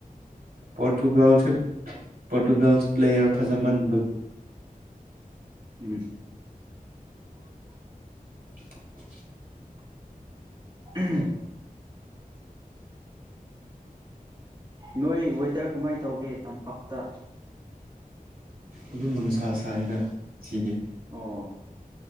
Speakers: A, on the right; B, on the right.
A: ꯄꯣꯣꯔꯇꯨꯒꯜ ꯄꯣꯔꯇꯨꯒꯜ ꯄ꯭ꯂꯦꯌꯔ ꯐꯥꯖꯃꯟꯕ
B: ꯎꯝ
A: <unintelligible>
B: ꯎꯝ ꯅꯣꯏ ꯋꯦꯗꯔ ꯀꯃꯥꯏꯅ ꯇꯧꯒꯦ ꯇꯝꯄꯥꯛꯛꯇ
A: ꯑꯗꯨꯝ ꯅꯨꯡꯁꯥ ꯁꯥꯏꯗ ꯁꯤꯗꯤ
B: ꯑꯣ